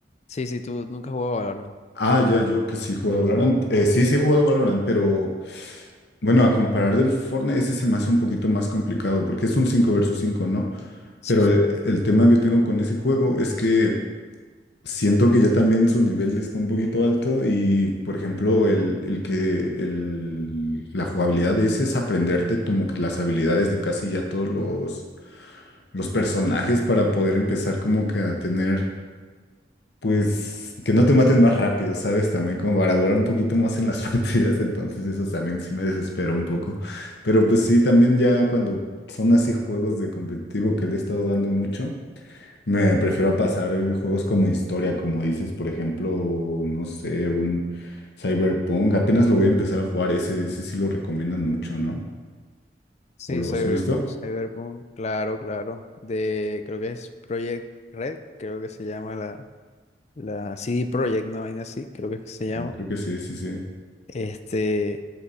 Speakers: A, on the left; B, on the left.
A: Sí, sí, tú nunca has jugado Valorant.
B: Ah, ya, yo que sí he jugado Valorant. Eh, sí, sí he jugado Valorant, pero bueno, a comparar del Fortnite, ese se me hace un poquito más complicado porque es un 5 versus cinco ¿no?
A: Sí,
B: Pero
A: sí.
B: eh, el tema que tengo con ese juego es que siento que ya también su nivel está un poquito alto y, por ejemplo, el, el que el- la jugabilidad de ese es aprenderte como que las habilidades de casi ya todos los, los personajes para poder empezar como que a tener, pues, que no te maten más rápido, ¿sabes? También como para durar un poquito más en las <laughs> partidas, entonces eso también sí me desesperó un poco. Pero pues sí, también ya cuando son así juegos de competitivo que le he estado dando mucho. Me prefiero pasar eh, juegos como historia, como dices, por ejemplo, no sé, un Cyberpunk. Apenas lo voy a empezar a jugar ese, ese sí lo recomiendan mucho, ¿no?
A: Sí,
B: ¿O lo
A: Cyber-
B: has visto?
A: Cyberpunk, claro, claro. De, creo que es Project Red, creo que se llama la la CD Projekt, una vaina así, creo que es que se llama.
B: Creo que sí, sí, sí.
A: Este,